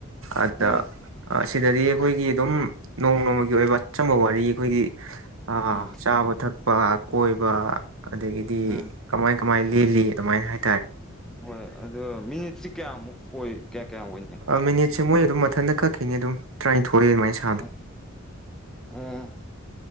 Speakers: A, on the right; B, in the centre.
A: ꯑꯗ
B: ꯑꯣ
A: ꯑꯥ ꯁꯤꯗꯗꯤ ꯑꯩꯈꯣꯏꯒꯤ ꯑꯗꯨꯝ ꯅꯣꯡꯃ ꯅꯣꯡꯃꯒꯤ ꯑꯣꯏꯕ ꯑꯆꯝꯕ ꯋꯥꯔꯤ ꯑꯩꯈꯣꯏꯒꯤ ꯑꯥ
B: ꯎꯝ
A: ꯆꯥꯕ ꯊꯛꯄ ꯀꯣꯏꯕ ꯑꯗꯒꯤꯗꯤ
B: ꯎꯝ
A: ꯀꯃꯥꯏ ꯀꯃꯥꯏ ꯂꯦꯜꯂꯤ ꯑꯗꯨꯃꯥꯏꯟ ꯍꯥꯏ
B: ꯍꯣꯏ ꯑꯗꯨꯣ ꯃꯤꯅꯤꯠꯁꯤ ꯀꯌꯥꯃꯨꯛ ꯑꯣꯏ ꯀꯌꯥ ꯀꯌꯥꯝ ꯑꯣꯏꯅꯤ
A: ꯑꯥ ꯃꯤꯅꯤꯠꯁꯦ ꯃꯣꯏ ꯑꯗꯨꯝ ꯃꯊꯟꯗ ꯀꯛꯈꯤꯅꯤ ꯑꯗꯨꯝ ꯇꯔꯥꯏꯟꯊꯣꯏ ꯑꯗꯨꯃꯥꯏ ꯁ
B: ꯑ‌ꯦ ꯎꯝ